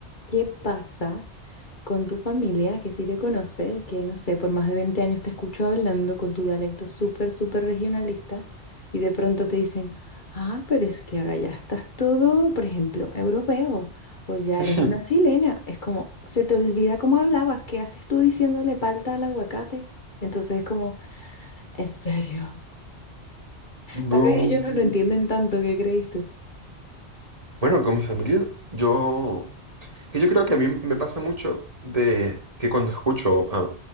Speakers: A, on the left; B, on the right.
A: ¿Qué pasa? con tu familia, que sí te conoce, que no sé, por más de 20 años te escucho hablando con tu dialecto súper, súper regionalista, y de pronto te dicen, ah, pero es que ahora ya estás todo, por ejemplo, europeo, o ya
B: <laughs>
A: eres una chilena. Es como, se te olvida cómo hablabas, ¿qué haces tú diciéndole palta al aguacate? Entonces es como, en serio. Tal
B: Bu-
A: vez ellos no lo entienden tanto, ¿qué crees tú?
B: Bueno, con mi familia, yo Que yo creo que a mí me pasa mucho de que cuando escucho a,